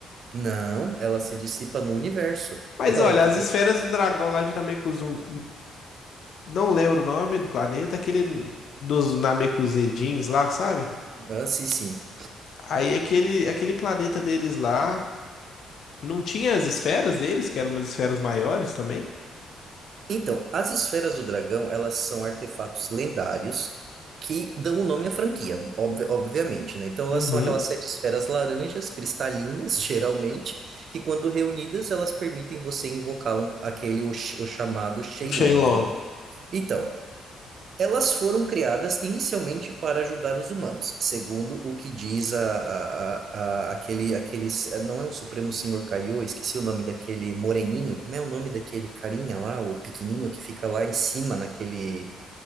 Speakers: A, on the right; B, on the left.
A: Não, ela se dissipa no universo.
B: Mas
A: <laughs> Ela...
B: olha,
A: tipo,
B: as esferas do dragão lá de Namekusum, Não lembro o nome do planeta, aquele dos Namekusei-jins lá, sabe?
A: Ah, sim, sim.
B: Aí aquele, aquele planeta deles lá, não tinha as esferas deles, que eram umas esferas maiores também?
A: Então, as esferas do dragão, elas são artefatos lendários que dão o nome à franquia, obvi- obviamente, né? Então, elas
B: Uhum.
A: são aquelas sete esferas laranjas, cristalinas, <laughs> geralmente, que quando reunidas, elas permitem você invocar um- aquele, o, ch- o chamado Shenlong,
B: Shenlong.
A: né? Então, elas foram criadas inicialmente para ajudar os humanos, segundo o que diz a, a- a- a- aquele, aquele, não é um Supremo Senhor Kaiô, esqueci o nome daquele moreninho, como é o nome daquele carinha lá, o pequenininho que fica lá em cima naquele,